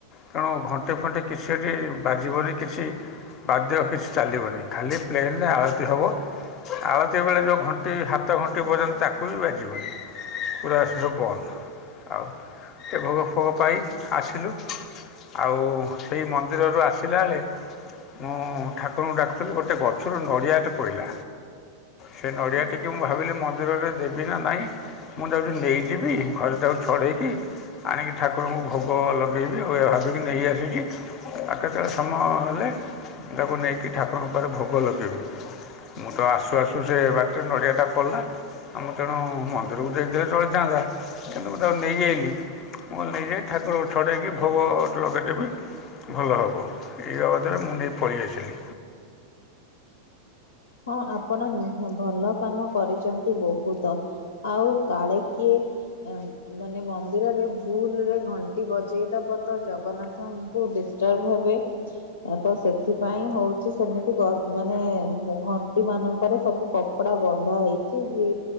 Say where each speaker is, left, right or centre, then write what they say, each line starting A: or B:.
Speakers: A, on the left; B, on the left.
A: ତେଣୁ ଘଣ୍ଟି ଫଣ୍ଟିେ କି ସେଠି ବାଜିବନି କିଛି ବାଧ୍ୟ କିଛି ଚାଲିବନି ଖାଲି ପ୍ଲେନରେ ଆଳତି ହବ ଆଳତି ବେଳେ ଯେଉଁ ଘଣ୍ଟି ହାତ ଘଣ୍ଟି ବଜାନ୍ତି ତାକୁ ବି ବାଜିବନି ପୁରା ସବୁ ବନ୍ଦ ଆଉ ଏ ଭୋଗ ଫୋଗ ପାଇ ଆସିଲୁ। ଆଉ ସେଇ ମନ୍ଦିରରୁ ଆସିଲା ବେଳେ ମୁଁ ଠାକୁରଙ୍କୁ ଡାକୁଥିଲି ଗୋଟେ ଗଛରୁ ନଡ଼ିଆଟେ ପଇଲା। ସେ ନଡ଼ିଆ ଟିକି ମୁଁ ଭାବିଲି ମନ୍ଦିରରେ ଦେବି ନାଁ ନାଇଁ ମୁଁ ଯାଉଛି ନେଇଯିବି ଘରେ ତାକୁ ଛଡେଇକି ଆଣିକି ଠାକୁରଙ୍କୁ ଭୋଗ ଲଗେଇବି ଆଉ ଏଇୟା ଭାବିକି ନେଇ ଆସିଛି। ଆଉ କେତେବେଳେ ସମୟ ହେଲେ ତାକୁ ନେଇକି ଠାକୁରଙ୍କ ପାଖରେ ଭୋଗ ଲଗେଇବି। ମୁଁ ତ ଆସୁ ଆସୁ ସେ ବାଟରେ ନଡ଼ିଆ ଟା ପଡିଲା। ଆଁ ମୁଁ ତେଣୁ ମନ୍ଦିରକୁ ଦେଇଥିଲେ ଚଳିଥାନ୍ତା କିନ୍ତୁ ମୁଁ ତାକୁ ନେଇଆଇଲି ମୁଁ ନେଇଯାଇ ଠାକୁରଙ୍କୁ ଛଡ଼େଇକି ଭୋଗ ଲଗେଇଦେବି। ଭଲ ହବ ଏଇ ବାବଦରେ ମୁଁ ନେଇ ପଳେଇ ଆସିଲି।
B: ହଁ ଆପଣ ନୁହଁ ଭଲ କାମ କରିଛନ୍ତି ବହୁତ ଆଉ କାଳେ କିଏ ଏଁ ମାନେ ମନ୍ଦିରରେ ଭୁଲ ରେ ଘଣ୍ଟି ବଜେଇଦବ ତ ଜଗନ୍ନାଥ ତାଙ୍କୁ ଡିଷ୍ଟର୍ଭ ହେବେ। ତ ସେଥିପାଇଁ ହଉଛି ସେମିତି ଗର ମାନେ ଘଣ୍ଟି ମାନଙ୍କରେ ସବୁ କପଡା ବନ୍ଧା ହେଇଛି। ଯିଏ